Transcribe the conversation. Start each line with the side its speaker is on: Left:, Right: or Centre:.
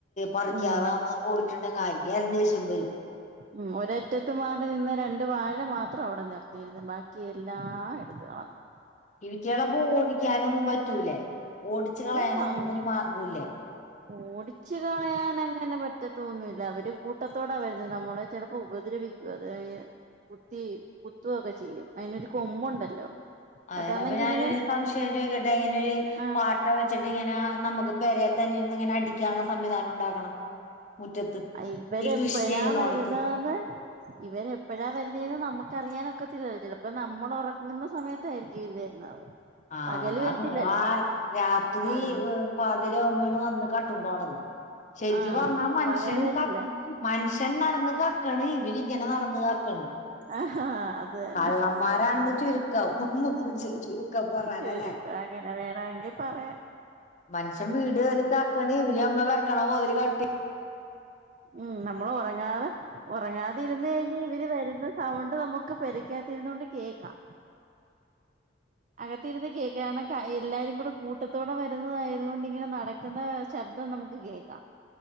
Left: പറിക്കാറാവുമ്പൊ
Right: ഉം
Left: പോയിട്ടുണ്ടെൽ ആർക്കായാലും ദേഷ്യം വരും
Right: ഉ ഒരറ്റത്ത് മാറി നിന്ന രണ്ട് വാഴ മാത്രം അവിടെ നിർത്തിയിരുന്നു ബാക്കി എല്ലാ എടുത്തുകളഞ്ഞു
Left: ഇവറ്റകളെ ഓടിക്കാനൊന്നും പറ്റൂലേ ഓടിച്ച് കളയാനൊന്നും
Right: ഓ അങ്ങ്
Left: മാർഗംല്ലേ
Right: ഓടിച്ചു കളയാൻ അങ്ങനെ പറ്റത്തോന്നൂല്ല അവര് കൂട്ടത്തോട വരുന്നത് നമ്മളെ ചിലപ്പോ ഉപദ്രവിക്ക ക്കും അത് കുത്തി കുത്തു ഒക്കെ ചെയ്യും അതിനൊരു കൊമ്പുണ്ടല്ലോ
Left: അതല്ല
Right: അതാണെങ്കി
Left: അപ്പൊ ഞാനൊ
Right: ഇങ്ങനെ
Left: രു സംശയം ചോദിക്കട്ടെ ഇങ്ങനെരു
Right: ആ
Left: പാട്ട വെച്ചിട്ട് ഇങ്ങനെ നമുക്ക് പെരെ തന്നെ യിരുന്ന് ഇങ്ങനെ അടിക്കാനുള്ള സംവിധാനം ഉണ്ടാക്കണം മുറ്റത്ത്
Right: ഇവരെ
Left: ഈ
Right: എപ്പഴാ
Left: കൃഷി ചെയ്യണോടത്ത്
Right: വരുന്നതെന്ന് ഇവനെപ്പഴാ വരുന്നതെന്ന് നമുക്കറിയാനൊക്കത്തില്ലല്ലോ ചിലപ്പോ നമ്മൾ ഉറങ്ങുന്ന സമയത്തായിരിക്കും ഇവർ വരുന്നത്
Left: ആഹ്
Right: പകല്
Left: അതാണ്
Right: വരത്തില്ലല്ലോ
Left: ആ രാത്രി
Right: ആഹ്
Left: പാതിര ആകുമ്പോ വന്ന് കട്ടോണ്ട് പോണത് ശെരിക്ക്
Right: ആഹ്
Left: പറഞ്ഞാ മനുഷ്യൻ
Right: പകല് വരില്ല
Left: മനുഷ്യൻ നടന്ന് കക്കണ് ഇവരി ഇങ്ങനെ നടന്നുക ക്കണ്
Right: ആഹാ അത് തന്നെ
Left: കള്ളന്മാരാണെന്ന് ചുരുക്കം. പറഞ്ഞാലല്ലേ
Right: ചുരുക്കം അങ്ങനെ വേണമെങ്കി പറയാ.
Left: മനുഷ്യൻ വീട് കേറി കക്കണ് ഇവര് നമ്മ വെക്കണ മൊതല് കട്ടി
Right: ഉം നമ്മൾ ഉറങ്ങാതെ ഉറങ്ങാതിരുന്ന കഴിഞ്ഞൽ ഇവര് വരുന്ന സൗണ്ട് നമുക്ക് പെരക്കാത്തിരുന്നൊണ്ട് കേക്കാം അകത്തി ഇരുന്ന് കേൾക്കാ എല്ലാരും കൂടെ കൂട്ടത്തോടെ വരുന്നതായത് കൊണ്ട് ഇങ്ങനെ നടക്കുന്ന ശബ്ദം നമുക്ക് കേൾക്കാം